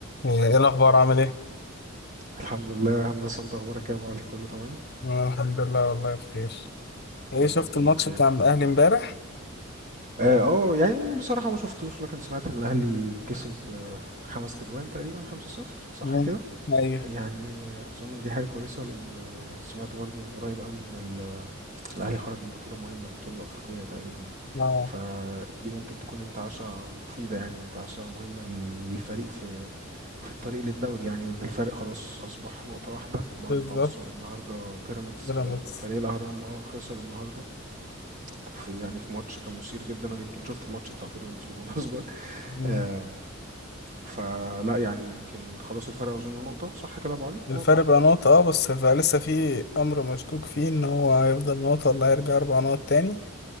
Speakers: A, on the left (about 50°); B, on the right (about 35°).
A: ايه إيه الاخبار عامل ايه
B: الحمد لله هندسة انت اخبارك ايه يا ابو علي كله تمام
A: انا الحمد لله والله بخير
B: اتمنى
A: ايه شفت
B: تكون
A: الماتش
B: بخير
A: بتاع الاهلي امبارح
B: اه آه، يعني بصراحة ما شفتوش لكن سمعت ان الاهلي كسب آه، خمس تجوان تقريبا خمسة صفر صح
A: مم.
B: كده
A: ايوه
B: يعني اظن دي حاجة كويسة لان آه، سمعت برضو من قريب قوي ان ال- الاهلي خرج من بطولة مهمة البطولة الافريقية تقريبا
A: اه
B: فدي ممكن تكون انتعاشة مفيدة يعني وانتعاشة مهمة للفريق في في الطريق للدوري يعني لأن الفرق خلاص أصبح نقطة واحدة بعد
A: بالظبط
B: تعثر النهاردة بيراميدز
A: بيراميدز
B: آه، وفريق الأهرام اه خسر النهاردة في يعني في ماتش كان مثير جدا أنا يمكن شفت الماتش بتاع بيراميدز بالمناسبة
A: مم.
B: آه، فلا يعني يمكن خلاص الفرق أظن نقطة صح كده يا أبو علي
A: الفرق
B: نقطة واحدة
A: بقى نقطة اه بس ف- لسه في امر مشكوك فيه ان هو هيفضل نقطة ولا هيرجع اربع نقط تاني